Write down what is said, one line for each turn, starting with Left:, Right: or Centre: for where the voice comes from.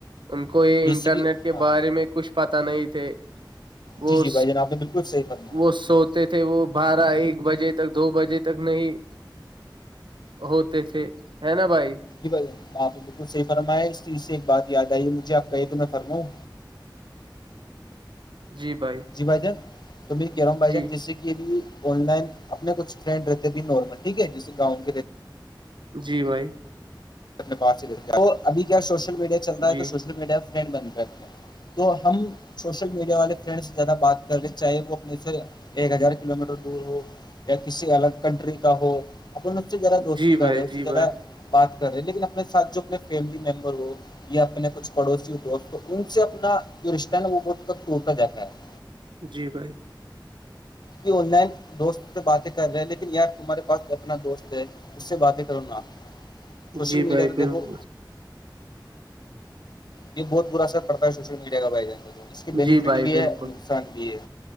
Right: ان کو یہ
Left: جیسے
Right: انٹرنیٹ
Left: کہ
Right: کے
Left: ہاں
Right: بارے میں کچھ- پت نہیں تھے وہ
Left: جی جی بھائی جان آپ نے بالکل صحیح فرمایا
Right: وہ سو- تے تھے وہ بارہ ایک بجے تک دو بجے تک نہیں- ہوتے تھے ہے نا بھائی-
Left: جی بھائی ہپ تو بالکل صحی فرمایا اس چیز سے ایک بات یاد آئی ہے مجھے آپ کہے تو میں فرماں-
Right: جی بھائی,
Left: جی بھائی جان تمہیں کہہ رہا ہوں بھائی
Right: جی
Left: جان جس سے- بھی آن لائن اپنے کچھ ٹرینڈ رہتے بھی نارمل ٹھیک ہے جیسے گاؤن کے رہتے-
Right: جی بھائی
Left: اپنے پاس سے د وہ اب کیا سوشل میڈیا چل رہا
Right: جی
Left: ہے تو سوشل میڈیا ٹرینڈ بن کرتے ہیں- تو ہم سوشل میڈیا والے فرینڈ سے زیادہ بات کرنے چاہے وہ اپنے سے- ایک ہزار کلو میٹر دور ہو یا کسی الگ کنٹری کا ہو- اپ س سے زیادہ دوستی
Right: جی بھائی
Left: کر رہے اس
Right: جی
Left: سے زیادہ
Right: بھائی
Left: بات کر رہے لیکن اپنے ساتھ جو اپنے فیملی ممبر ہو- یا اپنے کچھ پڑوسی دوست ان سے اپنا جو رشتہ ہےا وہ ب تک ٹوٹتا جاتا ہے-
Right: جی بھائی
Left: یہ آن لائن دوست سے باتیں کر رہے ہیں لیکن یار تمہارے پاس اپنا دوست ہے- اس سے باتیں کروں نا سوشل
Right: جی
Left: میڈیا
Right: بھائی
Left: تو
Right: بالکل
Left: دیکھو- یہ بہت برا اثر پڑتا ہے سوشل میڈیا کا پائے جانے تو اس کے بینیفٹ
Right: جی بھائی
Left: بھی
Right: بالکل
Left: ہے اور نقصان بھی ہے-